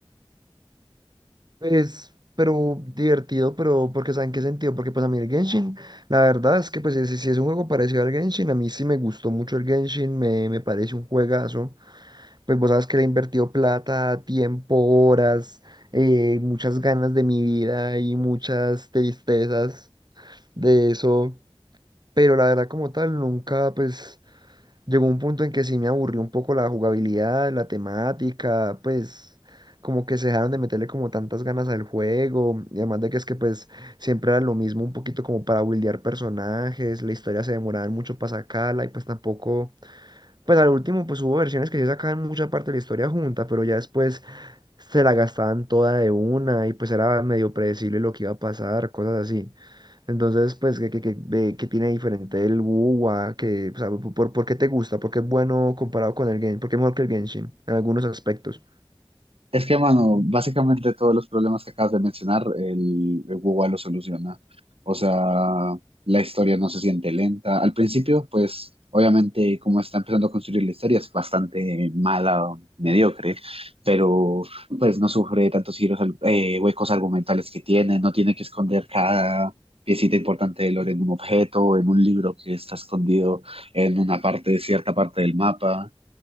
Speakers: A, on the right; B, on the right.
A: es, pero divertido, pero porque ¿saben qué sentido? Porque pues a mí el Genshin, la verdad es que pues si, si si es un juego parecido al Genshin, a mí sí me gustó mucho el Genshin, me, me parece un juegazo. Pues vos sabes que le he invertido plata, tiempo, horas, eh, muchas ganas de mi vida y muchas tristezas de eso. Pero la verdad como tal, nunca pues llegó un punto en que sí me aburrió un poco la jugabilidad, la temática, pues como que se dejaron de meterle como tantas ganas al juego. Y además de que es que pues siempre era lo mismo, un poquito como para buildear personajes, la historia se demoraba mucho para sacarla y pues tampoco pues al último, pues hubo versiones que sí sacaban mucha parte de la historia junta, pero ya después se la gastaban toda de una y pues era medio predecible lo que iba a pasar, cosas así. Entonces, pues, ¿qué, qué, qué, de- qué tiene diferente el WoW? Que, o sea, por, por- ¿por qué te gusta? ¿Por qué es bueno comparado con el Genshin? ¿Por qué es mejor que el Genshin en algunos aspectos?
B: Es que, mano, básicamente todos los problemas que acabas de mencionar, el, el Google lo soluciona. O sea, la historia no se siente lenta. Al principio, pues, obviamente, como está empezando a construir la historia, es bastante mala, mediocre, pero pues no sufre tantos giros, al- eh, huecos argumentales que tiene, no tiene que esconder cada piecita importante del lore en un objeto, en un libro que está escondido en una parte, cierta parte del mapa.